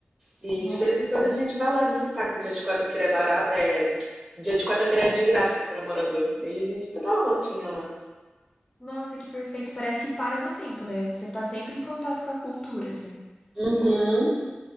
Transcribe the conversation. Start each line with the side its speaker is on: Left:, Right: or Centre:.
Right: E
Left: Nossa!
Right: de vez em quando a gente vai lá visitar, que dia de quarta-feira é barato, é, dia de quarta-feira é de graça para morador. Aí a gente vai dar uma voltinha lá.
Left: Nossa, que perfeito. Parece que para no tempo, né? Você tá sempre em contato com a cultura, assim.
Right: Uhum.